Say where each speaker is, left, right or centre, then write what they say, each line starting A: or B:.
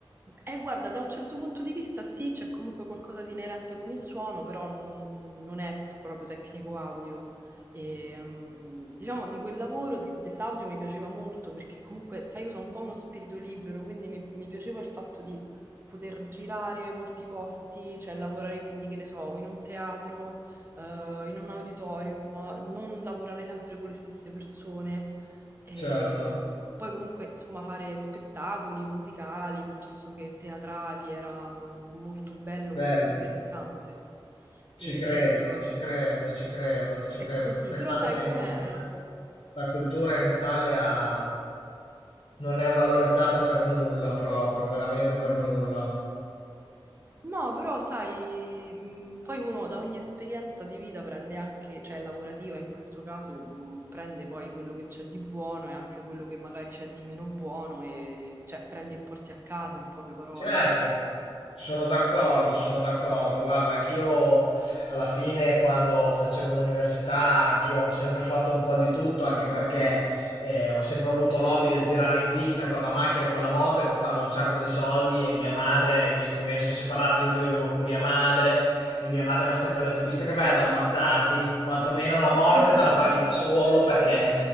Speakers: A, on the right; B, on the left.
A: Eh, guarda, da un certo punto di vista sì, c'è comunque qualcosa di inerente con il suono, però non, non è p- proprio tecnico audio. E, ehm, diciamo di quel lavoro de- dell'audio mi piaceva molto perché comunque, sai, io sono un po' uno spirito libero, quindi mi, mi piaceva il fatto di poter girare molti posti, cioè lavorare quindi, che ne so, in un teatro, eh, in un auditorium, non lavorare sempre con le stesse persone. E
B: Certo,
A: poi comunque, insomma, fare spettacoli musicali piuttosto che teatrali era molto bello,
B: bello,
A: molto interessante.
B: ci
A: E...
B: credo, ci credo, ci credo, ci
A: È
B: credo.
A: così,
B: Che Peccato
A: però sai
B: che
A: com'è?
B: in Italia la cultura in Italia non è valorizzata per nulla, proprio, veramente per nulla.
A: No, però sai, mh, poi uno da ogni esperienza di vita prende anche, cioè lavorativa in questo caso, mh, prende poi quello che c'è di buono e anche quello che magari c'è di meno buono e cioè prendi e porti a casa in poche parole.
B: Certo, Sono d'accordo, sono d'accordo. Guarda, anch'io alla fine quando facevo l'università, anch'io ho sempre fatto un po' di tutto, anche perché eh, ho sempre avuto l'hobby del girare in pista con la macchina e con la moto e costava un sacco di soldi e mia madre, visto che mi sono separati, io vivevo con mia madre e mia madre mi ha sempre detto, visto che vai ad ammazzarti, quantomeno la morte
A: <laughs>
B: te la paghi da solo perché